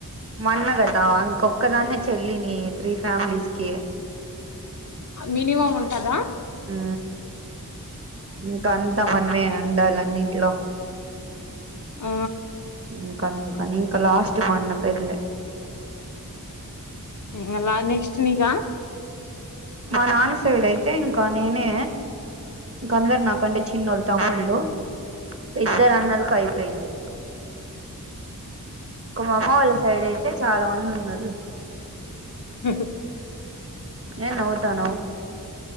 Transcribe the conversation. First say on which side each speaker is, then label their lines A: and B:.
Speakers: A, on the right (about 40°); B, on the left (about 55°).
A: మన్నగదా ఇంకొక్కదాన్ని చెల్లిని త్రీఫ్ ఫ్యామిలీస్కి
B: మినిమమ్ ఉంటదా
A: ఊ ఇంకా అంతా మనమే ఉండాలన్నిట్లో
B: ఆ
A: ఇంకందుకని ఇంకా లాస్ట్ మా అన్న పెళ్లే
B: ఉహ్హ్ ఇగలా నెక్స్ట్ నీకా
A: మా నాన్న సైడ్ అయితే ఇంకా నేనే ఇంక అందరు నాకంటే చిన్నోళ తముళ్లు పెద్ద రన్నలకు అయిపోయింది ఇక మామ్మ వాళ్ళ సైడ్ అయితే చాలా మంది ఉం నరేస్
B: <unintelligible>
A: ఏ నవుతానవు